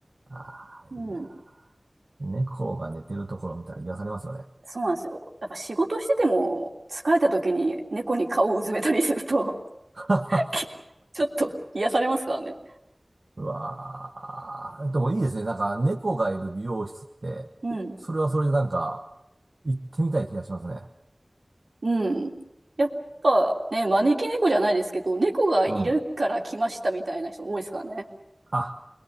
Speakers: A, on the right; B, on the right.
A: た。ああ、いいな。
B: うん。
A: 猫が寝てるところ見たら癒されますよね。
B: そうなんですよ。やっぱ仕事してても疲れた時に猫に顔をうずめたりすると <laughs>
A: <laughs>
B: ちょっと癒されますからね。
A: うわあ、でもいいですね。なんか、猫がいる美容室って、
B: うん。
A: それはそれでなんか、行ってみたい気がしますね。
B: うん。やっぱね、招き猫じゃないですけど、猫がいるから来ましたみたいな人多いですからね。
A: うん。あ、